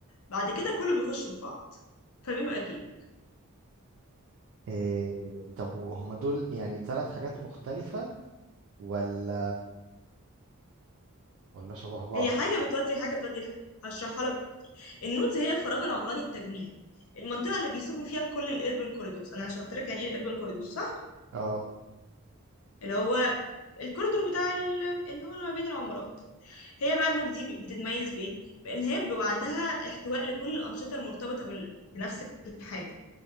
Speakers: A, on the left; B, on the right.
A: بعد كده كله بيخش في بعض فبيبقى جيب
B: إيه طب هما دول يعني ثلاث حاجات مختلفة ولا ولا شبه بعض
A: هي حاجة بتودي لحاجة بتودي لحاجة هشرحها لك اكتر النودز هي الفراغ العمراني التجميعي المنطقة اللي بيصب فيها كل الاربن كوريدورز انا شرحت لك يعني ايه الاربن كوريدورز صح؟
B: اه
A: اللي هو الكوريدور بتاع ال- اللي هو اللي ما بين العمارات هي بقى النوت دي بتتميز بايه بان هي بيبقى عندها احتواء لكل الانشطه المرتبطه بال- بنفس الحاجه